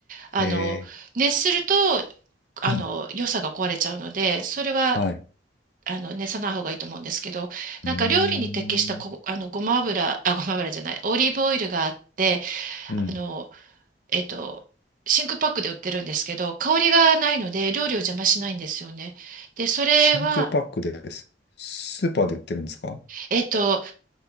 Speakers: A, on the right; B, on the left.
A: あの、
B: へえ。
A: 熱すると、あの、
B: <clears throat>
A: 良さが壊れちゃうので、それは
B: はい。
A: あの熱さない方がいいと思うんですけどなんか料理に適したこあのごま油あごま油じゃないオリーブオイルがあって
B: うーん。うん。
A: あのえっと真空パックで売ってるんですけど香りがないので料理を邪魔しないんですよね。でそれは
B: 真空パックです。スーパーで売ってるんですか
A: えっと